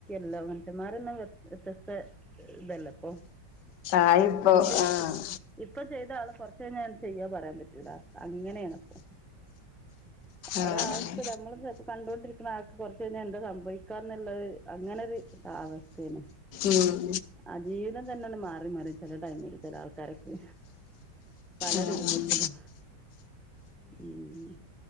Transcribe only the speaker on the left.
ആയിപ്പോ
ആഹ്
ആഹ്
ഉം
ആഹ്
ആഹ്